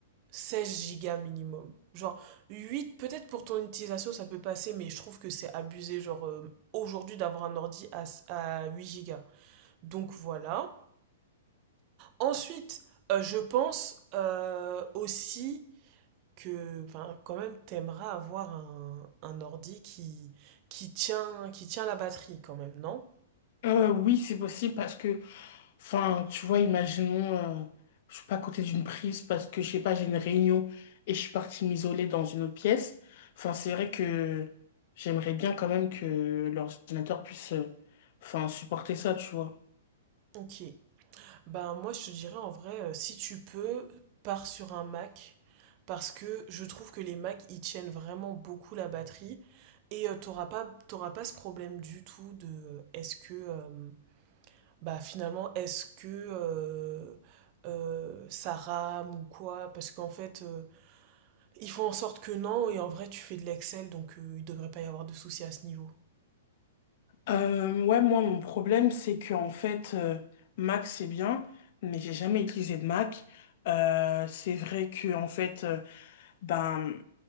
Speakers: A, on the right (about 40°); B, on the left (about 55°).
A: 16 gigas minimum genre 8 peut-être pour ton utilisation ça peut passer mais je trouve que c'est abusé genre euh, aujourd'hui d'avoir un ordi à, s- à huit gigas donc voilà ensuite euh, je pense euh, aussi que ben, quand même t'aimeras avoir un, un ordi qui, qui tient, qui tient la batterie quand même, non?
B: Euh, oui, c'est possible parce que, enfin, tu vois, imaginons, euh, je suis pas à côté d'une prise parce que, je sais pas, j'ai une réunion et je suis partie m'isoler dans une autre pièce. Enfin, c'est vrai que j'aimerais bien quand même que l'ordinateur puisse, euh, enfin, supporter ça, tu vois.
A: Ok. Ben moi je te dirais en vrai, euh, si tu peux, pars sur un Mac, parce que je trouve que les Mac ils tiennent vraiment beaucoup la batterie, et euh, t'auras pas, t'auras pas ce problème du tout de euh, est-ce que euh, bah finalement est-ce que euh, euh, ça rame ou quoi, parce qu'en fait euh, Ils font en sorte que non, et en vrai, tu fais de l'Excel, donc euh, il devrait pas y avoir de soucis à ce niveau.
B: Euh, ouais, moi, mon problème, c'est que, en fait, euh, Mac, c'est bien, mais j'ai jamais utilisé de Mac. Euh, c'est vrai que, en fait, euh, ben,